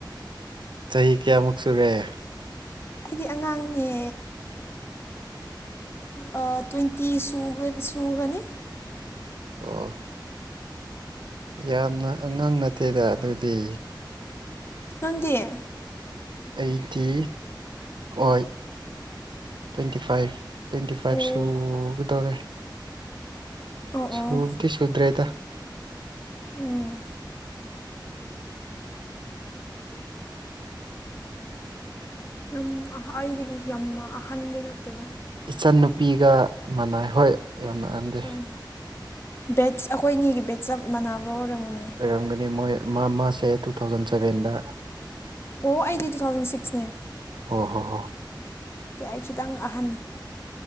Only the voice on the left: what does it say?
ꯑꯩ ꯑꯉꯥꯡꯅꯦ ꯑ ꯇ꯭ꯋꯦꯟꯇꯤ ꯁꯨꯒ ꯁꯨꯍꯥꯅꯤ꯫
ꯈꯥꯪꯡꯗꯤꯌꯦ
ꯑꯣ
ꯑꯣ
ꯑꯣ
ꯎꯝ ꯌꯥꯝ ꯑꯩꯗꯒꯤ ꯌꯥꯝ ꯑꯍꯟꯗꯤ ꯅꯠꯇꯦꯗ
ꯑꯣ ꯕꯦꯠꯁ ꯑꯩꯈꯣꯏ ꯑꯅꯤꯒꯤ ꯕꯦꯠꯁꯞ ꯃꯥꯟꯅꯕ ꯑꯣꯏꯔꯝꯃꯨꯅꯦ
ꯑꯣ ꯑꯩꯗꯤ ꯇꯨ ꯊꯥꯎꯖꯟ ꯁꯤꯛꯁꯅꯦ
ꯑꯩ ꯈꯤꯇꯪ ꯑꯍꯟ